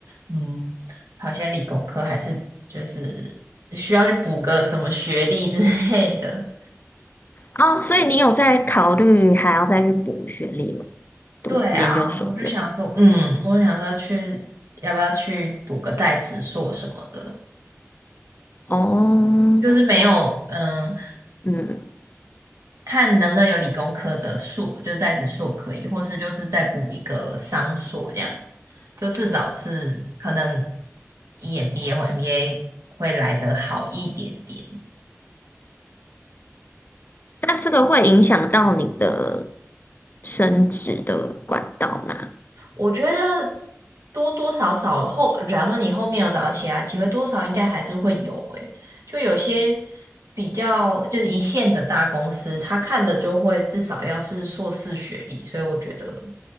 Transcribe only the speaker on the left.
哦，所以你有在考虑还要再去补学历吗？读研究所之类。
哦，
嗯，
那这个会影响到你的升职的管道吗？